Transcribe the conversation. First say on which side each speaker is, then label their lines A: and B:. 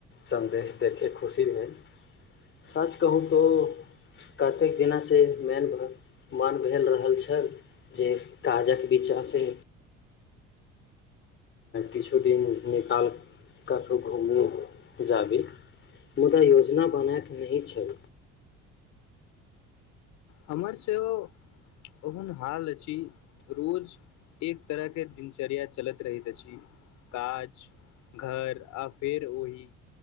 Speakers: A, on the left; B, on the left.
A: संदेश दै के खुशी में सच कहुं तो कतै एना से नैन वरत मान बुझा रहल छैथ जे काजक बिचा से। किछु दिन निकालि कतहु घूमी जाबी मुदा योजना बनाैत नहि छै
B: हमर सेहो ओहन हाल अछि रोज एक तरहके दिनचर्या चलैत रहैत अछि काज घर आ फेर ओही